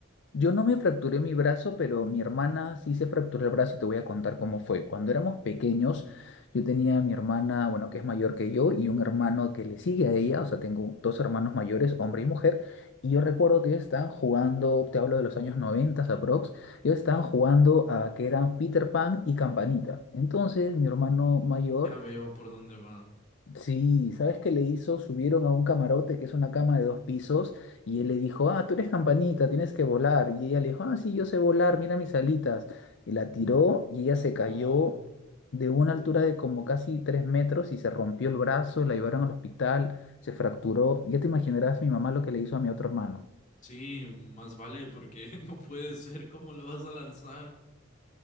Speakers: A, on the left; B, on the left.
A: Yo no me fracturé mi brazo, pero mi hermana sí se fracturó el brazo y te voy a contar cómo fue. Cuando éramos pequeños, yo tenía a mi hermana, bueno, que es mayor que yo, y un hermano que le sigue a ella, o sea, tengo dos hermanos mayores, hombre y mujer, y yo recuerdo que ellos estaban jugando, te hablo de los años 90 aprox, ellos estaban jugando a que eran Peter Pan y Campanita. Entonces, mi hermano mayor
B: Ya veo por dónde va.
A: Sí, ¿sabes qué le hizo? Subieron a un camarote que es una cama de dos pisos y él le dijo, ah, tú eres campanita, tienes que volar. Y ella le dijo, ah, sí, yo sé volar, mira mis alitas. Y la tiró y ella se cayó
B: No,
A: de una altura de como casi tres metros y se rompió el brazo, la llevaron al hospital, se fracturó. Ya te imaginarás mi mamá lo que le hizo a mi otro hermano.
B: sí, más vale porque <laughs> no puede ser, ¿cómo lo vas a lanzar?